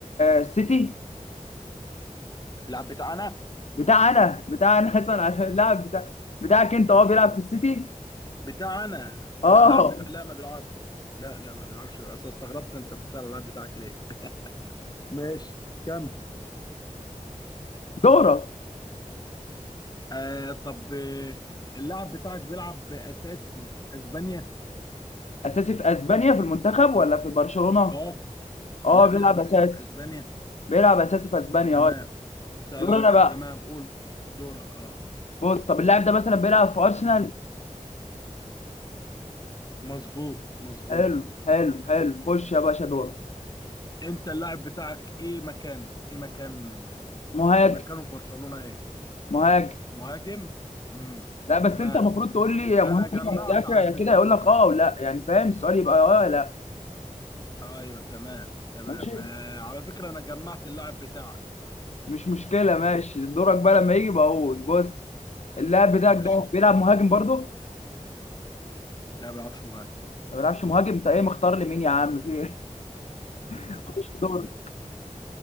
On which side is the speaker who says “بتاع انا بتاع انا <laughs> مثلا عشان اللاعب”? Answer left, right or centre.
Left